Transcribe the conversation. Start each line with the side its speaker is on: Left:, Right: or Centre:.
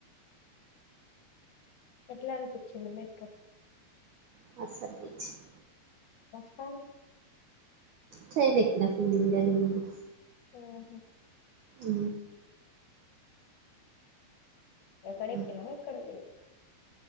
Left: ఎట్లా అనిపించింది మెట్రో
Right: మస్తు అనిపించింది
Left: వస్తాలే
Right: ట్రైన్ ఎక్కిన ఫీలింగ్ కలిగింది
Left: ఉహు
Right: అ
Left: ఎక్కడ
Right: ఉమ్.
Left: ఎక్కిన వ్, ఎక్కడ దిగినవ్.